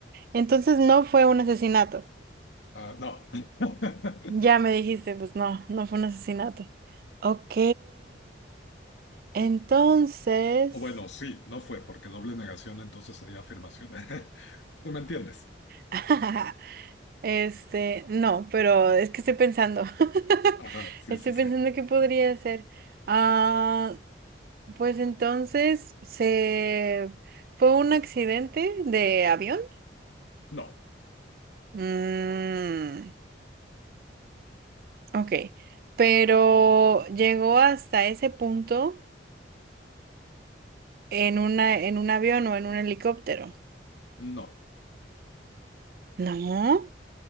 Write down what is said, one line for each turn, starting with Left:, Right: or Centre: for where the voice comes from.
Right: Entonces no fue un asesinato.
Left: Ah, no. <laughs>
Right: Ya me dijiste, pues no, no fue un asesinato. Ok, entonces...
Left: O bueno, sí, no fue, porque doble negación entonces sería afirmación. <laughs> ¿Tú me entiendes?
Right: <laughs> Este, no, pero es que estoy pensando. <laughs>
Left: Ajá, sí,
Right: Estoy
Left: sí,
Right: pensando
Left: sí.
Right: qué podría hacer. Ah, pues entonces se fue un accidente de avión.
Left: No,
Right: Mm, ok. Pero llegó hasta ese punto en una, en un avión o en un helicóptero.
Left: no,
Right: No.